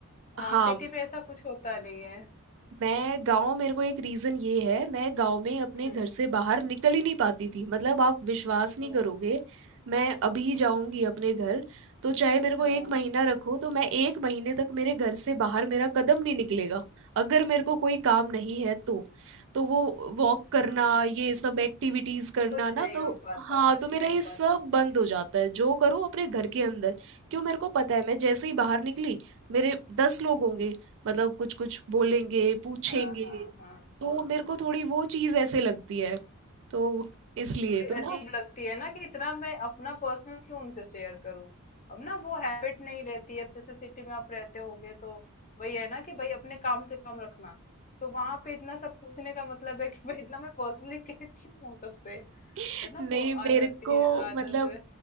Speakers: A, on the left (about 35°); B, on the right (about 60°).
A: हाँ
B: हाँ
A: सिटी में ऐसा कुछ होता नहीं है
B: मैं गांव मेरे को एक रीजन ये है मैं गांव में अपने
A: हम्म
B: घर से बाहर निकल ही नहीं पाती थी मतलब आप विश्वास नहीं
A: ओ
B: करोगे मैं अभी जाऊंगी अपने घर तो चाहे मेरे को
A: हाँ
B: एक महीना रखो तो मैं एक महीने तक मेरे घर से बाहर मेरा कदम नहीं निकलेगा अगर मेरे को कोई काम नहीं है तो तो वो वॉक करना
A: हाँ
B: ये
A: हाँ
B: सब एक्टिविटीज करना
A: कुछ
B: ना
A: नहीं
B: तो
A: हो पाता
B: हाँ
A: कुछ
B: तो मेरा
A: नहीं हो
B: ये सब
A: पाता सही
B: बंद हो
A: बात
B: जाता है जो करो अपने घर के अंदर क्यों मेरे को पता है मैं जैसे ही बाहर निकली मेरे दस लोग
A: हम्म
B: होंगे मतलब कुछ कुछ बोलेंगे पूछेंगे
A: हाँ हाँ हाँ
B: तो
A: हाँ
B: मेरे
A: हाँ।
B: को थोड़ी वो चीज ऐसे लगती है तो इसलिए
A: थोड़ी
B: तो
A: अजीब
B: ना
A: लगती है ना कि इतना मैं अपना पर्सनल क्यों उनसे शेयर करूं अब ना वो हैबिट नहीं रहती है अब जैसे सिटी में आप रहते होगे तो वही है ना कि भाई अपने काम से काम रखना तो वहां पे इतना सब पूछने का मतलब है कि भाई इतना मैं पर्सनली <laughs> क्यों हूँ सबसे
B: <laughs>
A: है ना
B: नहीं
A: वो
B: मेरे
A: आ जाती
B: को
A: है आदत
B: मतलब